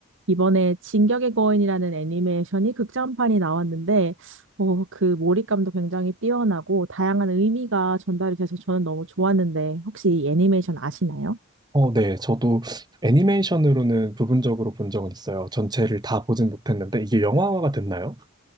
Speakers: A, on the right (about 60°); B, on the right (about 20°).
A: 이번에 진격의 거인이라는 애니메이션이 극장판이 나왔는데 어, 그 몰입감도 굉장히 뛰어나고 다양한 의미가 전달이 돼서 저는 너무 좋았는데 혹시 이 애니메이션 아시나요?
B: 어, 네. 저도 애니메이션으로는 부분적으로 본 적은 있어요. 전체를 다 보진 못했는데, 이게 영화화가 됐나요?